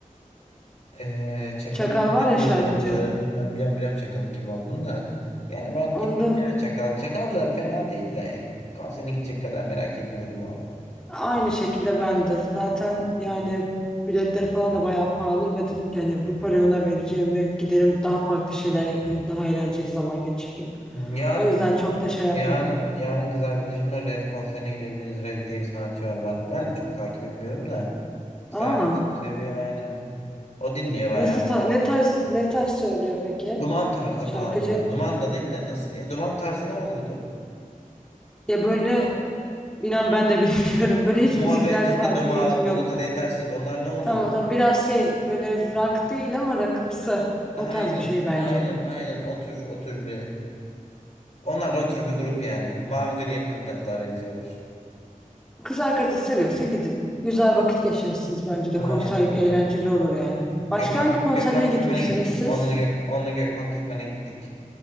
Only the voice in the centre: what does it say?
Çakal
var ya
şarkıcı.
Onda
aynı şekilde ben de zaten yani biletleri falan da bayağı pahalı ve dedim ki hani bu parayı ona vereceğimi giderim daha farklı şeyler yaparım daha eğlenceli zaman geçiririm.
O yüzden çok da şey
yapmadım.
Aa,
nasıl ta- ne tarz ne tarz söylüyor peki?
Şarkıcı.
Ya böyle inan ben de <laughs> bilmiyorum. Böyle hiç
müziklerde
hakimiyetim
yok.
Tamam tamam biraz şey böyle rock değil ama rockımsı.
O tarz bir şey bence.
Kız arkadaşı seviyorsa gidin. Güzel vakit geçirirsiniz bence
de. Konser eğlenceli
olur yani. Başka
hangi konserlere
gitmiştiniz
siz?